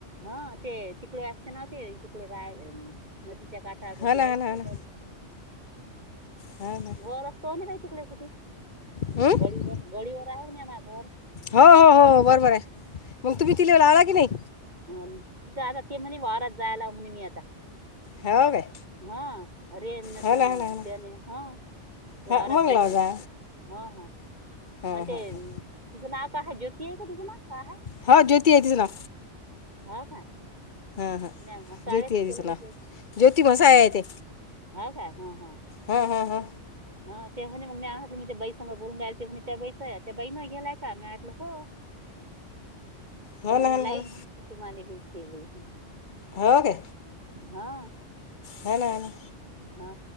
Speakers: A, on the right; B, on the left.
A: ह ते तिकडे असते नाव्हते तिकडे राहले च्या काठा कुठी
B: हो ना
A: आहे
B: हा
A: घरी
B: ना हा ना हा ना
A: घर असतो आणि मा तिकला कुठे
B: हं?
A: घडीवर गळीवरर आहे न आम घर
B: हो हो हो बरोबर मग तुम्ही तिला लावला की नाही
A: अन तिथं आता ते म्हणे वावरात जायला मी नी आता
B: हो काय
A: हा अरे न
B: हो
A: त
B: ना
A: मग
B: हा ना हा ना
A: त्याने हा
B: हा
A: वारात
B: मग
A: गेल
B: लाव
A: ती
B: जा
A: ह हा
B: हां
A: आणि ते
B: हां हां
A: तुझं नाव काय आहे ज्योती आहे का तुझं नाव काय आहे
B: हा ज्योती आहे तिच नाव
A: हो काय.
B: हा हा
A: नाही मसाळेच
B: ज्योती आहे तीच
A: केलं बाई
B: नाव ज्योती मसा आहे य ते
A: होा का ह हा
B: हा हा हा
A: ह तेव्हाणे मग मी आटलं मी त्या बाई संग बोलून राल तेव्हाणी त्या बाईच त्या बाईण गेलाय का मी आटलं हो
B: हो ना हा
A: ह
B: ना
A: लाईल
B: हा ना
A: म्ह तु माारी बी सई.
B: हो का
A: हा
B: ह ना ह ना
A: हा